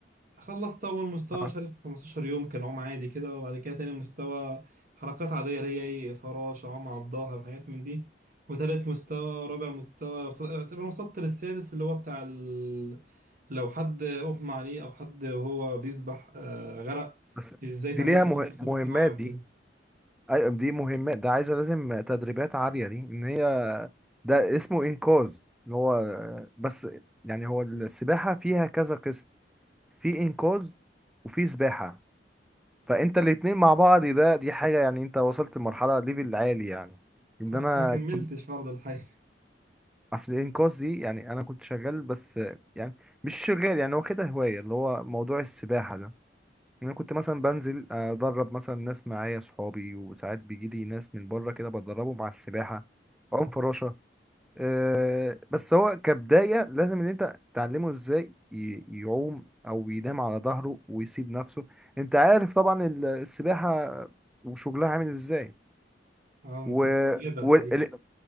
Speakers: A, on the right; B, in the centre.
A: خلصت أول مستوى
B: اه
A: مش عارف 15 يوم كان عوم عادي كده وبعد كده تاني مستوى حركات عادية اللي هي إيه فراشة عوم على الظهر وحاجات من دي وتالت مستوى رابع مستوى وص- اعتبر وصلت للسادس اللي هو بتاع ال... لو حد أغمى عليه أو حد وهو بيسبح آه غرق
B: بس
A: إزاي
B: دي
A: تعمله
B: ليها
A: تنفس
B: مه...
A: اصطناعي
B: مهمات
A: وكده
B: دي ايوه دي مهمات ده عايزه لازم تدريبات عاليه دي ان هي ده اسمه انقاذ اللي هو بس يعني هو السباحه فيها كذا قسم في انقاذ وفي سباحه فانت الاتنين مع بعض ده دي حاجه يعني انت وصلت لمرحله ليفل عالي يعني ان
A: بس
B: انا
A: ما كملتش
B: كنت
A: برضه الحقيقة
B: اصل الانقاذ دي يعني انا كنت شغال بس يعني مش شغال يعني واخدها هوايه اللي هو موضوع السباحه ده يعني انا كنت مثلا بنزل ادرب مثلا ناس معايا صحابي وساعات بيجي لي ناس من بره كده بدربهم على السباحه عوم فراشه أه بس هو كبدايه لازم ان انت تعلمه ازاي ي- يعوم او ينام على ظهره ويسيب نفسه انت عارف طبعا ال- السباحه وشغلها عامل ازاي
A: اه انت
B: و,
A: بتتابع
B: و...
A: الحقيقة
B: ال...